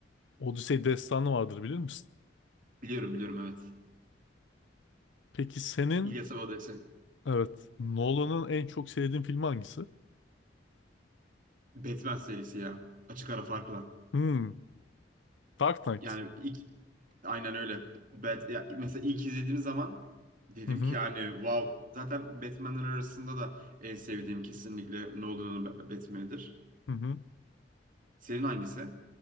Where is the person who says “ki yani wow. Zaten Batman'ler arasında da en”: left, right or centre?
Right